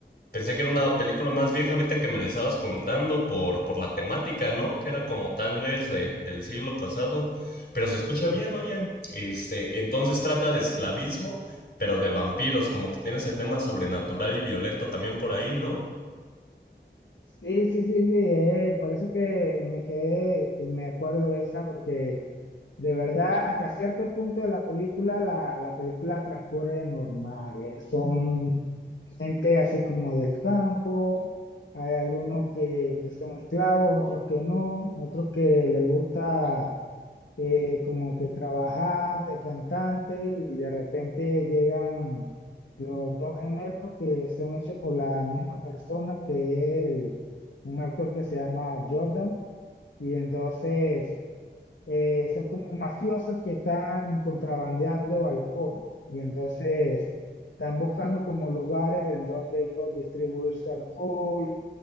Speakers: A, on the left; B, on the left.
A: Pensé que era una película más vieja ahorita que me la estabas contando por, por la temática, ¿no? Que era como tal vez de, del siglo pasado. Pero se escucha bien, oye. Este, entonces trata de esclavismo, pero de vampiros, como que tiene ese tema sobrenatural y violento también por ahí, ¿no?
B: Sí, sí, sí, sí. eh, por eso que me quedé, me acuerdo de esa porque De verdad, hasta cierto punto de la película, la, la película transcurre normal. eh, Son gente así como del campo, hay algunos que, que son esclavos, otros que no, otros que les gusta eh, como que trabajar de cantante y de repente llegan los dos gemelos que son hechos por la misma persona, que es el- un actor que se llama Jordan, y entonces eh, son como mafiosos que están contrabandeando alcohol y entonces están buscando como lugares en donde ellos distribuir su alcohol,